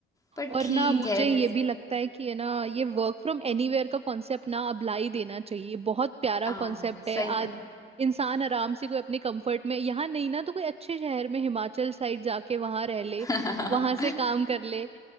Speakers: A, on the left; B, on the right.
A: पर
B: और
A: ठीक
B: ना मुझे
A: है
B: ये
A: जैसे
B: भी लगता है कि है ना ये वर्क फ्रॉम एनीवेयर का कॉन्सेप्ट ना अब ला ही देना चाहिए बहुत प्यारा
A: आना
B: कॉन्सेप्ट है
A: सही
B: आज
A: बात
B: इंसान आराम से कोई अपने कंफर्ट में यहाँ नहीं ना तो कोई अच्छे शहर में हिमाचल साइड जाके वहां रह ले
A: <laughs>
B: वहां से काम कर ले